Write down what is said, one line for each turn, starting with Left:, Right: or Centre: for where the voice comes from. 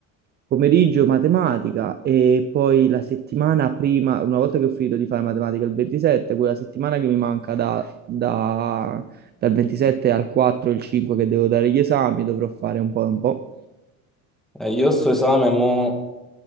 Right: pomeriggio matematica e poi la settimana prima, una volta che ho finito di fare matematica il 27, quella settimana che mi manca da, da- dal 27 al 4, il 5 che devo dare gli esami, dovrò fare un po' e un po'
Centre: Eh, io sto esame, mo